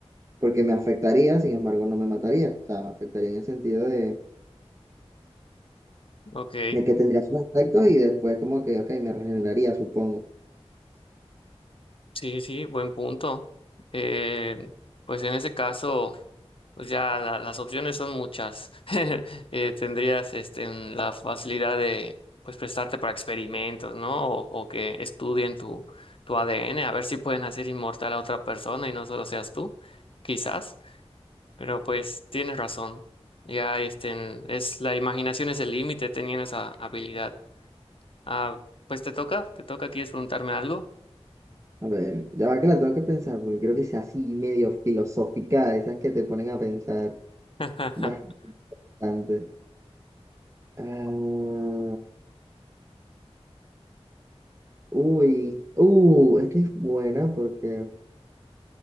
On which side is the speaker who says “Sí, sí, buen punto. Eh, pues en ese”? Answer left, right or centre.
Left